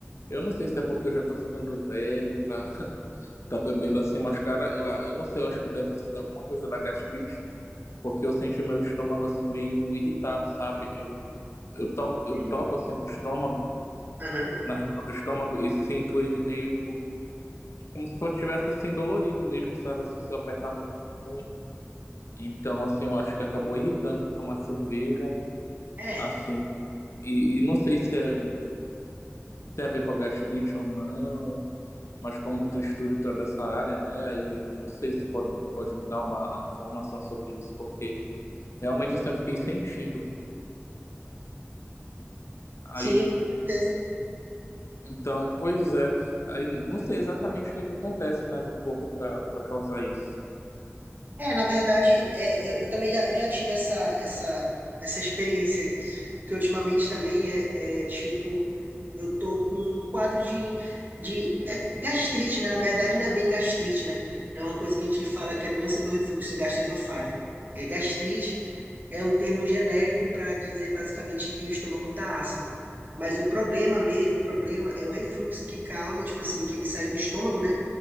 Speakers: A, on the left; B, on the right.
A: Eu não sei se é porque eu já tô ficando velho pra <laughs> tá bebendo assim, mas cara, eu, eu não sei, eu acho que deve ter sido alguma coisa da gastrite, porque eu senti meu estômago assim meio irritado, sabe? Eu, eu toco, eu
B: Hum.
A: toco assim no estômago,
B: Aham.
A: na região do estômago, e sinto ele meio como se fosse tivesse assim dolorido mesmo, sabe? Assim, se eu apertar muito, muito. Então, assim, eu acho que acabou irritando tomar cerveja,
B: É,
A: assim. E, e não sei se é, tem a ver com a gastrite ou não, mas como tu estuda e tu é dessa área, né? Aí eu não sei se tu pode, pode me dar uma informação sobre isso, porque realmente assim, eu fiquei sentindo. Aí,
B: sim, com certeza.
A: então, pois é. Aí não sei exatamente o que é que acontece, né, no corpo para para causar isso.
B: É, na verdade, é, eu, eu também já, eu já tive essa, essa, essa experiência aí, que ultimamente também é, é, tipo, eu tô com um quadro de, de é gastrite, né? Na verdade, não é bem gastrite, né? É uma coisa que a gente fala que é doença do refluxo gastroesofágico. É, gastrite é um termo genérico para dizer basicamente que o estômago tá ácido. Mas o problema mesmo, o problema é o refluxo que causa, tipo assim, que ele sai do estômago, né?